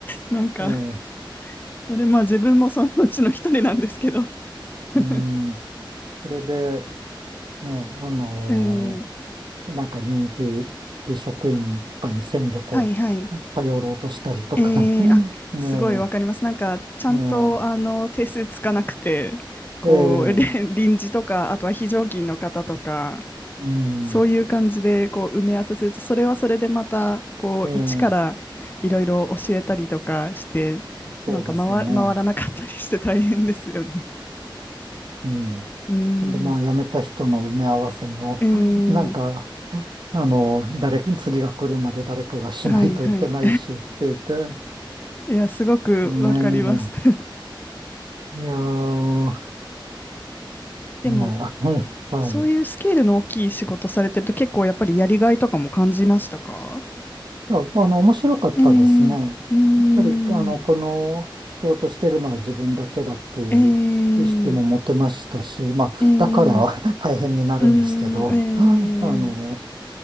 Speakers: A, on the left; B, on the right.
A: なんか、
B: ええ、
A: それまあ自分もそのうちの一人なんですけど。<laughs>
B: うん。それで、ね、あの
A: うん。
B: ーなんか人気職員とかに戦力を
A: はいはい。
B: 頼ろうとしたりとか、
A: ええあ、
B: うん <laughs>
A: すごいわかります。
B: ね
A: なんか、ちゃんと、
B: え、ね
A: あの、定数つかなくて、こう、
B: え、ええ、
A: <laughs> れ臨時とか、あとは非常勤の方とか、
B: うん、
A: そういう感じで、こう、埋め合わせすると、それはそれでまた、こう、
B: ええ、
A: 一からいろいろ教えたりとかして、
B: そうですよね。
A: なんか回、回らなかったりして大変ですよね。
B: うん。
A: うー
B: で、まあ、
A: ん。
B: 辞めた人の埋め合わせも、
A: ええ
B: <laughs> なんか、あの、誰、釣りが来るまで誰かがしないといけないしって言って、
A: はい、はい。<laughs> いや、すごくわかります。
B: ね
A: <laughs>
B: え、いやー、
A: でも、
B: ねえ、<laughs> はい。
A: そういうスケールの大きい仕事されてると結構やっぱりやりがいとかも感じましたか
B: いやあの、面白かったですね。
A: えー、うーん、
B: やっぱり、あの、この仕事してるのは自分だけだっていう意識も持てましたし、
A: えー、
B: まあ、
A: えー、
B: だから <laughs> 大変になるんですけど、
A: うーん、
B: <laughs> あの、
A: え